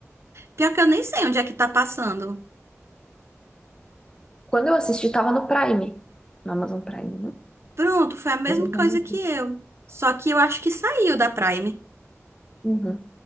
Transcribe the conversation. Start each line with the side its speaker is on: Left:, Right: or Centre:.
Right: Pior que eu nem sei onde é que tá passando.
Left: Quando eu assisti, tava no Prime. No Amazon Prime, né?
Right: Pronto, foi a mesma
Left: Hoje eu
Right: coisa
Left: já não
Right: que eu. Só que eu acho que saiu da Prime.
Left: sei.